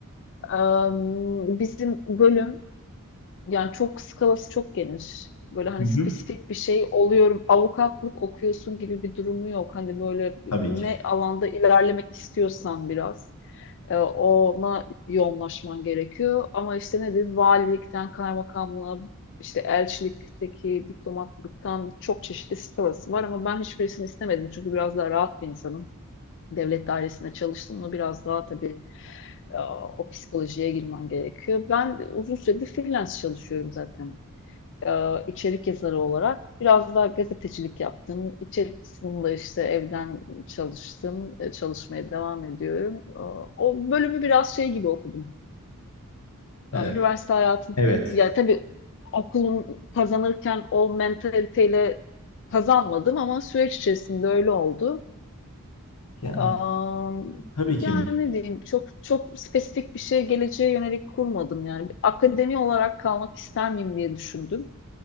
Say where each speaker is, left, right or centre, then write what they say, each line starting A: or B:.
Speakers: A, on the left; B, on the left.
A: Am, Bizim bölüm yani çok skalası çok geniş. Böyle hani
B: Hı
A: spesifik
B: hı.
A: bir şey oluyorum. Avukatlık okuyorsun gibi bir durumu yok. Hani böyle
B: Tabii
A: ne
B: ki.
A: alanda ilerlemek istiyorsan biraz e, ona yoğunlaşman gerekiyor. Ama işte nedir? Valilikten kaymakamlığa işte elçilikteki diplomatlıktan çok çeşitli skalası var ama ben hiçbirisini istemedim çünkü biraz daha rahat bir insanım devlet dairesinde çalıştım mı biraz daha tabii e, o psikolojiye girmen gerekiyor. Ben uzun süredir freelance çalışıyorum zaten. E, içerik yazarı olarak biraz daha gazetecilik yaptım. İçerik kısmında işte evden çalıştım. E, Çalışmaya devam ediyorum. E, O bölümü biraz şey gibi okudum.
B: Ee,
A: E, Üniversite hayatında
B: evet.
A: ya tabii okulun kazanırken o mentaliteyle kazanmadım ama süreç içerisinde öyle oldu.
B: Yani
A: Am,
B: tabii ki.
A: yani ne diyeyim çok çok spesifik bir şey geleceğe yönelik kurmadım yani. Akademi olarak kalmak ister miyim diye düşündüm.